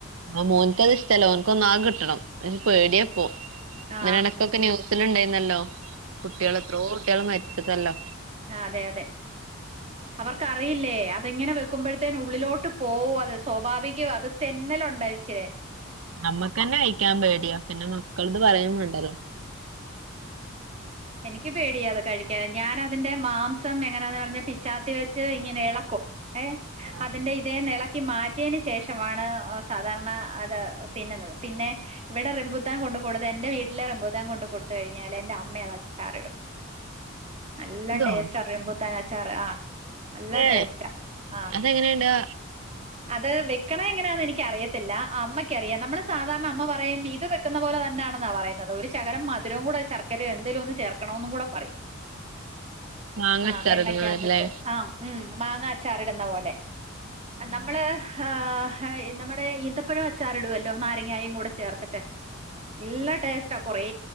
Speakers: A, on the right (about 80°); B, on the right (about 30°).
A: ആഹ് മോന്ക്ക് അത് ഇഷ്ടമല്ല ഓന്ക്ക് ഒന്നാകെ കിട്ടണം അ പേടിയപ്പോ
B: ആ
A: ഇങ്ങനെ ഇടക്കൊക്കെ ന്യൂസിൽ ഉണ്ടായിരുന്നല്ലോ കുട്ടികൾ എത്രയോ കുട്ടികൾ മരിച്ചതല്ലോ
B: ആഹ് അതെ അതെ അവർക്കറിയില്ലേ അത് ഇങ്ങനെ വെക്കുമ്പഴത്തേന് ഉള്ളിലോട്ട് പോവും അത് അത് സ്വാഭാവികവും അത് തെന്നല് ഉണ്ട് ഇച്ചിരേ
A: നമ്മക്ക്ന്നെ കയിക്കാൻ പേടിയാ പിന്നെ മക്കളത് പറയും വേണ്ടല്ലോ
B: <inaudible> എനിക്ക് പേടിയ അത് കഴിക്കാന് ഞാന് അതിന്റെ മാംസം എങ്ങനാന്ന് പറഞ്ഞാൽ പിച്ചാത്തി വെച്ച് ഇങ്ങനെ ഇളക്കും ഏഹ്
A: ആഹ്
B: അതിന്റെ ഇതേ നിള മാറ്റിയന് ശേഷമാണ് സാധാരണ അത് തിന്നുന്നത് പിന്നെ ഇവിടെ റംബുത്താൻ കൊണ്ട് കൊടുത്ത് എന്റെ വീട്ടില് റംമ്പത്താൻ കൊടുത്ത് കഴിഞ്ഞാ എന്റെ അമ്മ അത് അച്ചാറിടും നല്ല
A: ഇതോ
B: ടേസ്റ്റാ റംമ്പുത്താൻ അച്ചാർ ആഹ് നല്ല
A: ഏ
B: ടേസ്റ്റാ ആഹ്
A: അതെങ്ങനെണ്ടാ
B: അത് വെക്കണെ എങ്ങനാന്ന് എനിക്ക് അറിയത്തില്ല അമ്മയ്ക്കറിയാം നമ്മള് സാധാരണ അമ്മ പറയും ഇത് വെക്കുന്ന പോലെ തന്നെ എന്താണെന്നാ പറയുന്നത് ഒരു ശകരം മധുരവും കൂടെ ശർക്കര എന്തേലും ഒന്ന് ചേർക്കണമെന്ന് കൂടെ പറയും
A: മാങ്ങച്ചാറിടുന്നതല്ലേ
B: ആഹ് എണ്ണക്കാത്തിട്ട് ആ ഉം മാങ്ങ അച്ചാറിടുന്ന പോലെ
A: ഉം
B: നമ്മള് ആ ഹ്ഇ നമ്മുടെ ഈന്തപ്പഴവച്ചാറിടുവല്ലോ നാരങ്ങായും കൂടെ ചേർത്തിട്ട് നല്ല ടേസ്റ്റാ കുറേ